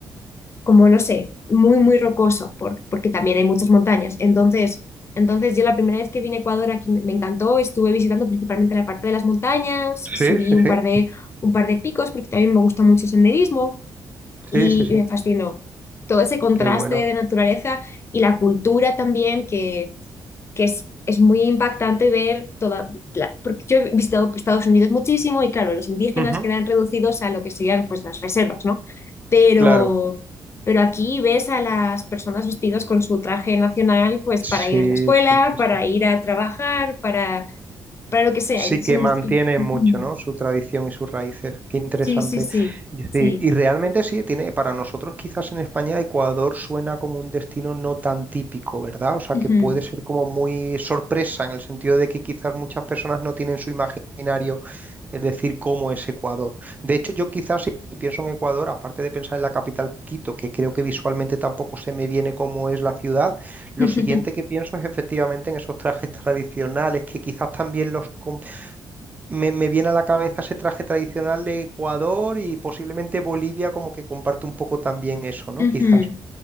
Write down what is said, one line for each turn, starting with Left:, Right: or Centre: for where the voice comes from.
Left: como no sé, muy, muy rocoso, por- porque también hay muchas montañas. Entonces, entonces yo la primera vez que vine a Ecuador aquí me me encantó, estuve visitando principalmente la parte de las montañas, subí
Right: Sí, sí,
Left: un
Right: sí,
Left: par de, un par de picos porque también me gusta mucho el senderismo y,
Right: sí, sí, sí,
Left: y me fascinó todo ese contraste
Right: qué bueno.
Left: de naturaleza y la cultura también que que es, es muy impactante ver toda, la- porque yo he visitado Estados Unidos muchísimo y claro, los indígenas
Right: Ujú,
Left: quedan reducidos a lo que serían pues las reservas, ¿no? Pero,
Right: Claro.
Left: pero aquí ves a las personas vestidas con su traje nacional pues
Right: Sí,
Left: para ir a la escuela,
Right: sí, sí,
Left: para
Right: sí.
Left: ir a trabajar, para, para lo que sea.
Right: sí
Left: Entonces
Right: que mantienen
Left: me estoy- Ujú.
Right: mucho, ¿no? Su tradición y sus raíces. Qué interesante.
Left: Sí, sí, sí,
Right: Y
Left: sí.
Right: Sí, y realmente sí, tiene, para nosotros quizás en España Ecuador suena como un destino no tan típico, ¿verdad? O sea,
Left: Ujú.
Right: que puede ser como muy sorpresa en el sentido de que quizás muchas personas no tienen su imaginario, es decir, cómo es Ecuador. De hecho, yo quizás si pienso en Ecuador, aparte de pensar en la capital Quito, que creo que visualmente tampoco se me viene cómo es la ciudad, lo
Left: <laughs>
Right: siguiente que pienso es efectivamente en esos trajes tradicionales que quizás también los com- me, me viene a la cabeza ese traje tradicional de Ecuador y posiblemente Bolivia como que comparte un poco también eso, ¿no?
Left: Ujú,
Right: Quizás.